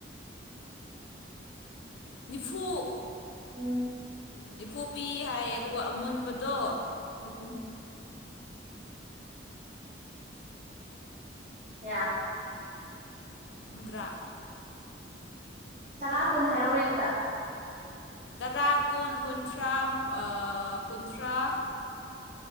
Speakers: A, on the left (about 75°); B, on the right (about 35°).
A: ꯅꯤꯐꯨ
B: ꯎꯝ
A: ꯅꯤꯐꯨ ꯄꯤꯌꯦ ꯍꯥꯏꯌꯦ ꯑꯗꯨꯒ ꯑꯃꯨꯟꯕꯗꯣ
B: ꯎꯝ ꯌꯥ
A: ꯍꯨꯝꯗ꯭ꯔꯥ
B: ꯇꯔꯥ ꯀꯨꯟ ꯍꯥꯏꯔꯛꯑꯣꯅꯦ ꯑꯝꯇ
A: ꯇꯔꯥ ꯀꯨꯟ ꯀꯨꯟꯊ꯭ꯔꯥ ꯑꯥ ꯀꯨꯟꯊ꯭ꯔꯥ